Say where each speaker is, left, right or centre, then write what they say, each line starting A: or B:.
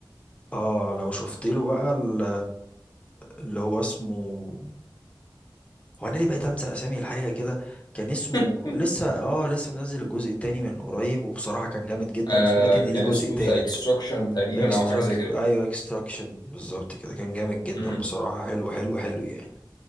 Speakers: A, on the left (about 15°); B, on the left (about 55°).
A: اه لو شفت له بقى ال- اللي هو اسمه هو انا اللي بقيت انسى اسامي الحاجه كده كان اسمه
B: <laughs>
A: لسه اه لسه منزل الجزء التاني من قريب وبصراحه كان جامد جدا
B: آه
A: وسمعت ان
B: كان
A: ليه جزء
B: اسمه
A: تالت
B: ذا اكستراكشن تقريبا
A: اكستراكت
B: او حاجه زي كده
A: ايوه اكستراكشن بالظبط كده كان جامد جدا
B: امم
A: بصراحه حلو حلو حلو يعني